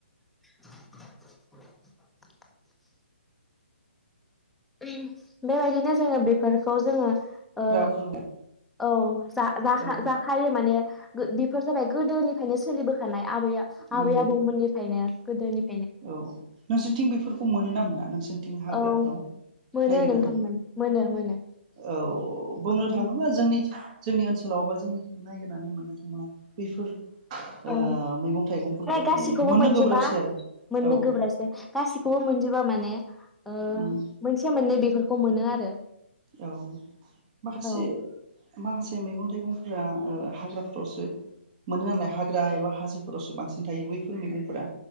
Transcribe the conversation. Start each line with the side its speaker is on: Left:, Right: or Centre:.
Centre: <inaudible> उम बेबायदिनो जोङो बेफोरखौ जोङो
Right: हाग्रा
Centre: ओ
Right: फोरबो
Centre: औ जा जा जाखा
Right: औ
Centre: जाखायो माने गो बेफोर जाबाय गोदोनिफायनो सोलिबोखानाय आबैया
Right: उम
Centre: आबै आबौ मोननिफायनो गोदोनि
Right: औ नोंसोरनिथिं बेफोरखौ मोनो ना मोना नोंसोर थिं हाग्राफोराव
Centre: औ मोनो
Right: नायागिरनानै
Centre: नोंथां मोनो मोनो मोनो
Right: औ औ बुंनो
Centre: औ
Right: थाङोबा जोंनि जोंनि ओनसोलाव बा जोंनिथिं नायगिरनानै मोननो थांला बेफोर
Centre: औ
Right: ओ मैगं थाइगंफोरखौ
Centre: गासिखौबो
Right: माने मोननो
Centre: मोनजोबा
Right: गोब्राबसै आरो
Centre: मोननो
Right: औ
Centre: गोब्रासै गासिखौबो मोनजोबा माने ओ
Right: उम
Centre: मोनसे मोननै बेफोरख खौ मोनो आरो
Right: औ माखासे
Centre: औ
Right: माखासे मैगं थाइगं फोरा ओ हाग्राफोरावसो मोनो नालाय हाग्रा एबा हाजोफोरावसो बांसिन थायो बैफोर मैगंफोरा